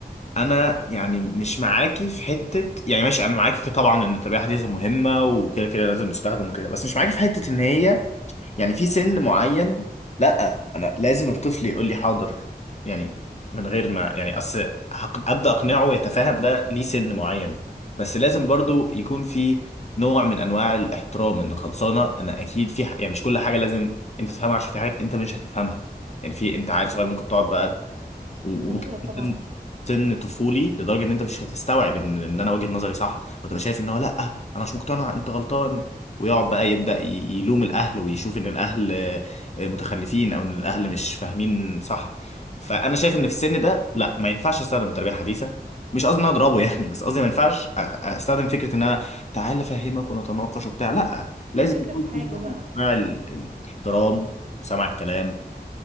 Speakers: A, on the left; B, on the right.
A: انا يعني مش معاكي في حته يعني ماشي انا معاكي طبعا ان التربيه الحديثه مهمه وكده كده لازم تستخدم وكده بس مش معاكي في حته ان هي يعني في سن معين لا انا لازم الطفل يقول لي حاضر يعني من غير ما يعني اصل هق- ابدا اقنعه يتفاهم ده ليه سن معين بس لازم برضو يكون في نوع من انواع الاحترام ان خلصانه انا اكيد في ح- يعني مش كل حاجه لازم انت تفهمها عشان في حاجات انت مش هتفهمها يعني في انت عيل صغير ممكن تقعد بقى و-
B: ايوه
A: وكمان
B: طبعا
A: سن سن طفولي لدرجه ان انت مش هتستوعب ان ان انا وجهه نظري صح وتبقى شايف ان هو لا انا مش مقتنع انت غلطان ويقعد بقى يبدا ي- يلوم الاهل ويشوف ان الاهل آه، متخلفين او ان الاهل مش فاهمين صح فانا شايف ان في السن ده لا ما ينفعش استخدم التربيه الحديثه مش قصدي ان أنا اضربه يعني بس قصدي ما ينفعش أخ- استخدم فكره ان انا تعال افهمك ونتناقش وبتاع لا لازم
B: الفكرة
A: يكون
B: في حاجة
A: في نوع
B: بقى
A: من انواع ال- الاحترام وسمع الكلام